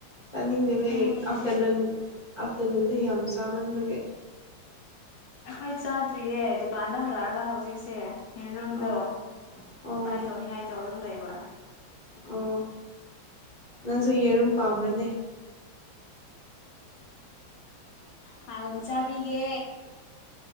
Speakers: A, on the left; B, on the left.
A: ꯇꯥꯅꯤꯡꯗꯕꯩ
B: ꯊꯦꯡꯉꯦꯅꯦ
A: ꯑꯐꯇꯔꯅꯨꯟ ꯑꯥꯐꯇꯔꯅꯨꯟꯗ ꯌꯥꯝ ꯆꯥꯃꯟꯕꯒꯤ
B: ꯑꯩꯈꯣꯏ ꯆꯥꯗ꯭ꯔꯤꯌꯦ ꯗꯨꯀꯥꯟꯗ ꯍꯜꯂꯛꯑꯒ ꯍꯧꯖꯤꯛꯁꯦ ꯌꯦꯔꯨꯝꯗꯣ
A: ꯑꯣ ꯑꯣ
B: ꯐ꯭ꯔꯥꯏ ꯇꯧꯅꯤꯡꯉꯥꯏ ꯇꯧꯔꯒ ꯂꯩꯕ
A: ꯑꯣ ꯅꯪꯁꯨ ꯌꯦꯔꯨꯝ ꯄꯥꯝꯕꯅꯦ
B: ꯍꯥꯎꯗꯣ ꯆꯥꯕꯤꯒꯦ